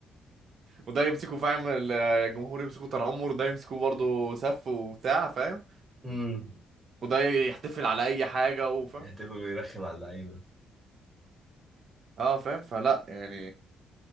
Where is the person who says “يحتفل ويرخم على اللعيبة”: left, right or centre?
Right